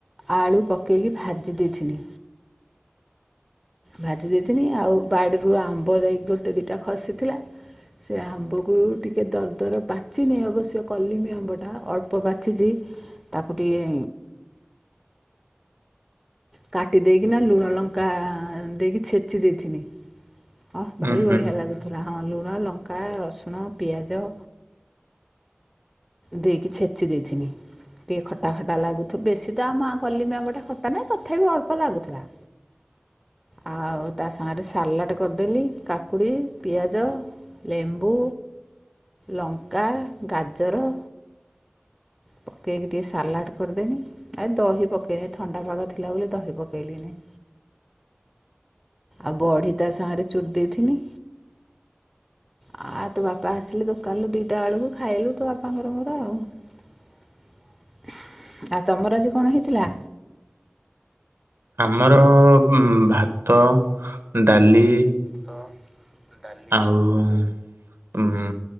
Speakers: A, in the centre; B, on the right.
A: ଆଳୁ ପକେଇକି ଭାଜି ଦେଇଥିନି। ଭାଜି ଦେଇଥିନି ଆଉ ବାଡ଼ିରୁ ଆମ୍ବ ଯାଇ ଗୋଟେ ଦିଟା ଖସିଥିଲା। ସେ ଆମ୍ବକୁ ଟିକେ ଦରଦର ପାଚିନି ଅବଶ୍ୟ କଲିମି ଆମ୍ବଟା ଅଳ୍ପ ପାଚଚି। ତାକୁ ଟିଏ। କାଟି ଦେଇକିନା ଲୁଣ ଲଙ୍କା ଦେଇକି ଛେଚି ଦେଇଥିନି। ହଁ ଭାରି
B: ଉଁ ହୁଁ
A: ବଢ଼ିଆ ଲାଗୁଥିଲା ହଁ ଲୁଣ ଲଙ୍କା ରସୁଣ ପିଆଜ। ଦେଇକି ଛେଚି ଦେଇଥିନି। ଟି ଖଟା ଖଟା ଲାଗୁଥୁ ବେଶୀ ତ ଆମ କଲିମି ଆମ୍ବଟା ଖଟା ନାହିଁ ତଥାପି ଅଳ୍ପ ଲାଗୁଥୁଲା।
B: ହ
A: ଆଉ ତା ସାଗରେ ସାଲାଟ କରିଦେଲି କାକୁଡ଼ି ପିଆଜ। ଲେମ୍ବୁ ଲଙ୍କା ଗାଜର ପକେଇକି ଟିକେ ସାଲାଟ କରିଦେନି। ଆ ଦହି ପକେଇ ଥଣ୍ଡା ପାଗ ଥିଲା ବୋଲି ଦହି ପକେଇଲିନି। ଆଉ ବଢି ତା ସାଙ୍ଗରେ ଚୁରି ଦେଇଥିନି। ଆଉ ତୋ ବାପା ଆସିଲେ ଦୋକାନରୁ ଦିଟା ବଳକୁ ଖାଇଲୁ ତୋ ବା <unintelligible> ଆଉ ଆଉ ତମର ଆଜି କଣ ହେଇଥିଲା।
B: ଆମର ଉଁ ଭାତ ଡାଲି।
A: ତ ଟାଲ।
B: ଆଉ ଉଁ